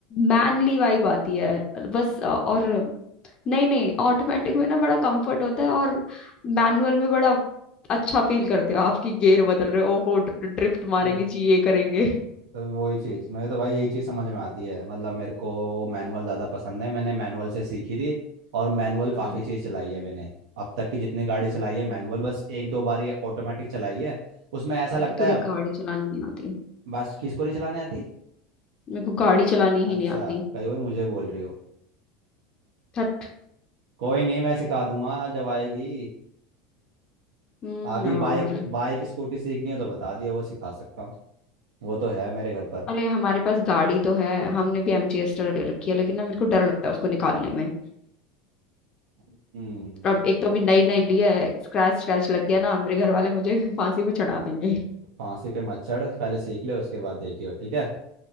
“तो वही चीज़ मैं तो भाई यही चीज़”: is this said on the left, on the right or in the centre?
Right